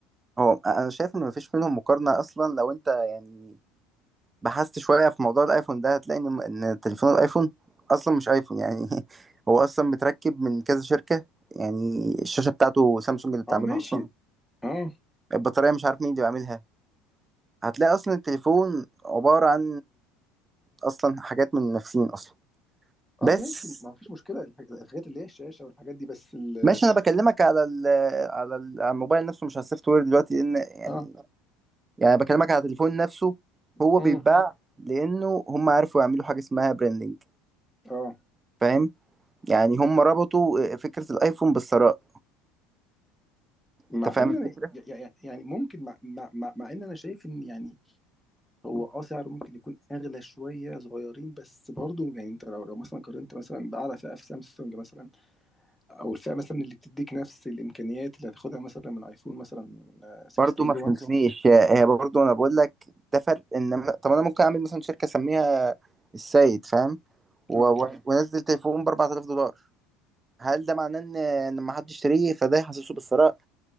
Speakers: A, on the right; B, in the centre.
A: هو انا شايف ان مفيش منهم مقارنه اصلا لو انت يعني بحثت شويه في موضوع الايفون ده هتلاقي ان إن تليفون الايفون اصلا مش ايفون يعني <laughs> هو اصلا متركب من كذا شركه يعني الشاشه بتاعته سامسونج اللي بتعملها
B: اه ماشي
A: اصلا
B: اه
A: البطاريه مش عارف مين اللي بيعملها هتلاقي اصلا التليفون عباره عن اصلا حاجات من نفسين اصلا
B: اه
A: بس
B: ماشي ما فيش مشكلة الح- الحاجات اللي هي الشاشة والحاجات دي بس ال
A: ماشي انا بكلمك على ال على ال- على الموبايل نفسه مش على السوفت وير دلوقتي لان يعني
B: اه
A: يعني بكلمك على التليفون نفسه هو
B: امم
A: بيتباع لانه هم عرفوا يعملوا حاجه اسمها براندنج
B: اه
A: فاهم يعني هم ربطوا آه، فكره الايفون بالثراء
B: مع
A: انت فاهم
B: ان
A: الفكره
B: انا ي- ي- يعني ممكن مع مع مع, مع ان انا شايف ان يعني هو اه سعره ممكن يكون اغلى شوية صغيرين بس برضه يعني انت لو لو مثلا قارنت مثلا بأعلى فئة في سامسونج مثلا او الفئه مثلا اللي بتديك نفس الامكانيات اللي هتاخدها مثلا من ايفون مثلا آه، 16
A: برضو ما
B: برو
A: فهمتنيش
B: ماكس
A: آه، هي برضو انا بقول لك ده فرق ان طب انا ممكن اعمل مثلا شركه اسميها السيد فاهم و...
B: اه
A: و... وانزل تليفون ب 4000 دولار هل ده معناه ان ان ما حدش يشتريه فده يحسسه بالثراء